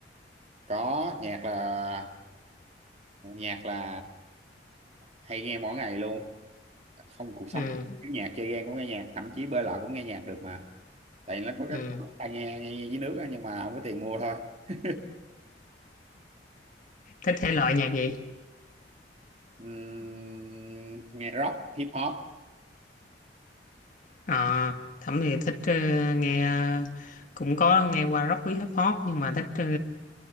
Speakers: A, on the right; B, on the left.
A: Có nhạc là nhạc là hay nghe mỗi ngày luôn. Không cuộc sống
B: ừ
A: thiếu nhạc chơi game cũng nghe nhạc, thậm chí bơi lội cũng nghe nhạc được mà. tại nó có cái
B: ừ
A: tai nghe nghe, nghe dưới nước á, nhưng mà không có tiền mua thôi <laughs>
B: thích thể loại nhạc gì
A: Ừm, nghe rock hip hop
B: À, Thẩm thì thích ờ, nghe ờ, cũng có nghe qua rock với hip hop nhưng mà thích ờ,